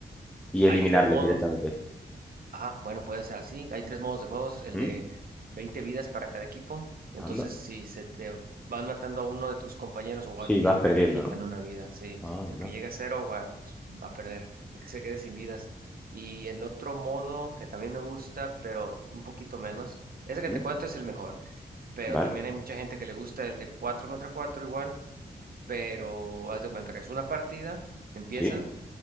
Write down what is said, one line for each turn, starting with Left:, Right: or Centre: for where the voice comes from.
Centre: y eliminarles
Right: Hay tres modos.
Centre: directamente.
Right: Ajá, bueno, puede ser así. Hay tres modos de juegos, el
Centre: ¿Mm?
Right: de 20 vidas para cada equipo. Entonces,
Centre: Anda.
Right: si se te van matando a uno de tus compañeros o
Centre: Sí,
Right: a ti,
Centre: vas perdiendo,
Right: quitan
Centre: ¿no?
Right: una vida. Si
Centre: Anda.
Right: el que llega a cero, va, pues va a perder. El que se quede sin vidas. Y el otro modo que también me gusta, pero un poquito menos, ese que te
Centre: Mm,
Right: cuento es el mejor. Pero
Centre: Vale,
Right: también hay mucha gente que le gusta el de 4 contra 4 igual, pero haz de cuenta que es una partida, empiezan.
Centre: sí.